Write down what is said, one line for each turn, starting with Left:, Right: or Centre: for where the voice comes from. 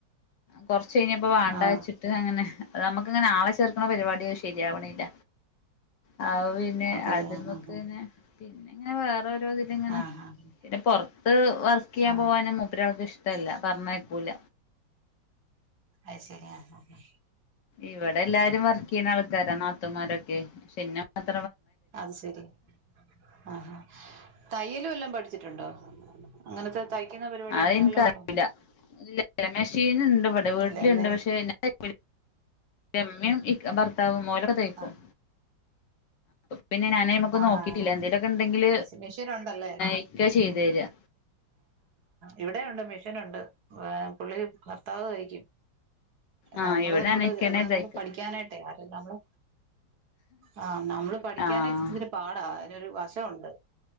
Left: കൊറച്ചു കയിഞ്ഞപ്പോ വേണ്ടാന്ന്
Right: ആഹ് ആഹ്
Left: വച്ചിട്ട് അങ്ങനെ അ നമുക്കിങ്ങനെ ആളെ ചേർക്കണ പരിപാടി ശരിയാവണില്ല ആ പിന്നെ
Right: അതെ
Left: അത്
Right: ആഹ്
Left: നമ്മുക്ക്
Right: ആഹ്
Left: തന്നെ പിന്നെ ന്നെ വേ <unintelligible> ഇങ്ങനെ
Right: ആഹ് ആഹ്
Left: പിന്നെ പുറത്ത് വർ ക്ക്യ
Right: ആഹ്
Left: പോകാനും മൂപ്പര് ഇഷ്ടല്ല പറഞ്ഞായിക്കൂല
Right: അത് ശരി ആഹ ആ
Left: ഇവിടെ എല്ലാരും വർക്കെയ്യുന്ന ആൾക്കാരാ നാത്തൂമാരൊക്കെ ക്കെ <unintelligible>
Right: അത് ശരി ആഹ തയ്യൽ വല്ലോം പഠിച്ചിട്ടുണ്ടോ അങ്ങനത്തെ തയ്ക്കുന്ന പരിപാടി
Left: അതെനിക്കറിയൂലാ
Right: അങ്ങനെ വല്ലോം ഉണ്ടോ
Left: <unintelligible> മെഷീൻ ഉണ്ട് ഇവിടെ വീട്ടിലുണ്ട്
Right: ഇല്ലല്ലേ
Left: പക്ഷെ <inaudible> ഉമ്മേം ഭർത്താവും ഒലക്ക തയ്ക്കും
Right: ആഹ്
Left: പിന്നെ ഞാനെ നമക്ക്
Right: ആഹ്
Left: നോക്കിട്ടില്ല എന്തേലൊക്കെ ഉണ്ടെങ്കില്
Right: അത് ശരി മെഷീനുണ്ടല്ലേ
Left: ഇക്ക ചെയ്തു തരിക
Right: ഇവിടേം ഉണ്ട് മെഷീൻ ഉണ്ട് പുള്ളി നിർത്താതെ തയ്ക്കും
Left: ആഹ്
Right: നമ്മള്
Left: ഇവിടെ
Right: ഇങ്ങോട്ട്
Left: ഞാൻ ഇക്കന്നെ
Right: അത് ഇങ്ങോട്ട്
Left: തയ്ക്ക
Right: പഠിക്കാനായിട്ടെ ആരും നമ്മള് ആഹ് നമ്മള് പഠിക്കാനെ
Left: ആഹ്
Right: ഇ ച്ചിരി പാടാ പിന്നെ ഒരു വശം ഉണ്ട്